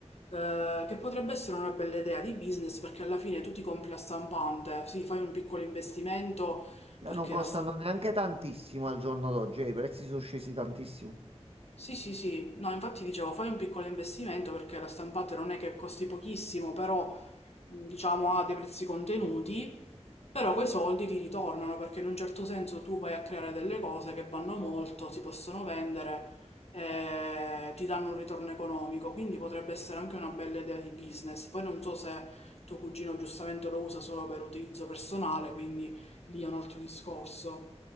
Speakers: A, on the left (about 65°); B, on the right (about 60°).
A: Eh, che potrebbe essere una bella idea di business perché alla fine tu ti compri la stampante, sì, fai un piccolo investimento
B: Eh,
A: perché
B: Non costano
A: la
B: neanche tantissimo al giorno d'oggi, eh, i prezzi sono scesi tantissimo.
A: Sì, sì, sì, no, infatti dicevo, fai un piccolo investimento perché la stampante non è che costi pochissimo, però mh, diciamo ha dei prezzi contenuti, però quei soldi ti ritornano perché in un certo senso tu vai a creare delle cose che vanno molto, si possono vendere, eh, ti danno un ritorno economico, quindi potrebbe essere anche una bella idea di business. Poi non so se tuo cugino giustamente lo usa solo per utilizzo personale, quindi lì è un altro discorso.